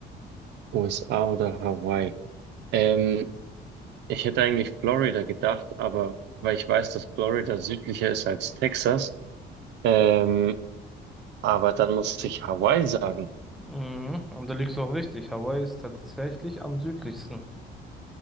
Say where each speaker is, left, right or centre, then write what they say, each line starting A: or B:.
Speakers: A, on the right; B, in the centre.
A: USA oder Hawaii. Ähm, ich hätte eigentlich Florida gedacht, aber weil ich weiß, dass Florida südlicher ist als Texas, ähm, Aber dann musste ich Hawaii sagen.
B: Mhm, und da liegst du auch richtig. Hawaii ist tatsächlich am südlichsten.